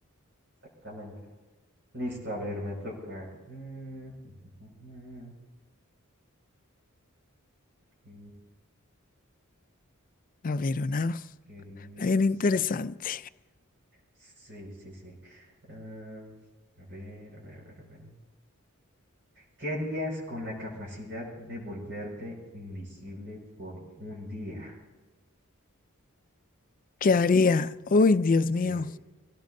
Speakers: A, on the right; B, on the left.
A: Exactamente. Listo, a ver, me toca. Mm, <laughs> ¿qué
B: A ver, una,
A: querías?
B: bien interesante.
A: Sí, sí, sí. Ah, a ver, a ver, a ver, a ver. ¿Qué harías con la capacidad de volverte invisible por un día?
B: ¿Qué haría? Uy, Dios
A: Sí,
B: mío.